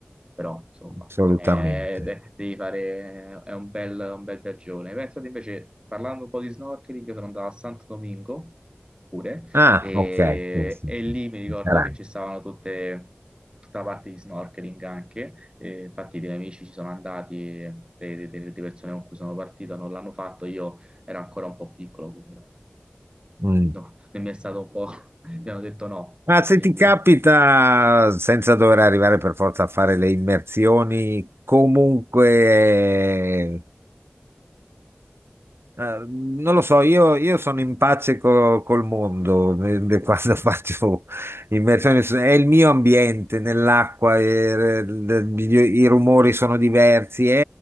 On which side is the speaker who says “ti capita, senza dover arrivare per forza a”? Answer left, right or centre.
Right